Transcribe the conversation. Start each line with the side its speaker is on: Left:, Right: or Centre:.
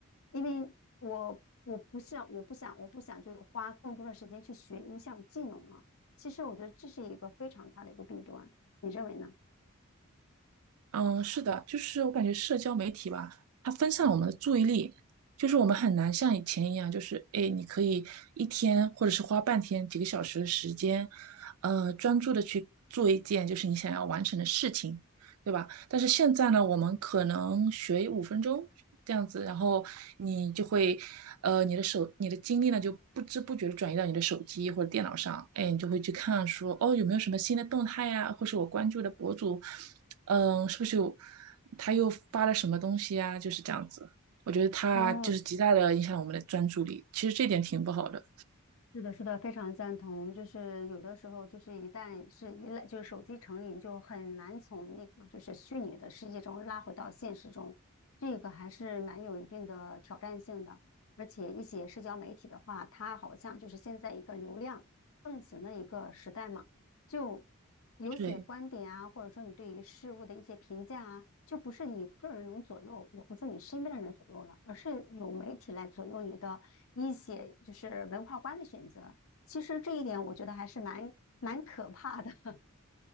Left: 因为我我不想我不想我不想就是花更多的时间去学一项技能了。其实我觉得这是一个非常大的一个弊端，你认为呢？
Right: 嗯，是的，就是我感觉社交媒体吧，它分散了我们的注意力，就是我们很难像以前一样，就是哎，诶你可以一天或者是花半天、几个小时的时间，呃，专注的去做一件就是你想要完成的事情。对吧？但是现在呢，我们可能学五分钟这样子，然后你就会，呃，你的手，你的精力呢就不知不觉的转移到你的手机或者电脑上，哎，你就会去看说，哦，有没有什么新的动态呀、或是我关注的博主，嗯，是不是有他又发了什么东西呀、就是这样子，我觉得他就是极大的影响我们的专注力，
Left: 哦，
Right: 其实这点挺不好的。
Left: 是的，是的，非常赞同。就是有的时候，就是一旦是依赖，就是手机成瘾，就很难从那个就是虚拟的世界中拉回到现实中，这个还是蛮有一定的挑战性的。而且一些社交媒体的话，它好像就是现在一个流量盛行的一个时代嘛，就有些观点啊，
Right: 对，
Left: 或者说你对于事物的一些评价啊，就不是你个人能左右，也不是你身边的人左右了，而是有媒体来左右你的。一些就是文化观的选择。其实这一点我觉得还是蛮蛮可怕的。<laughs>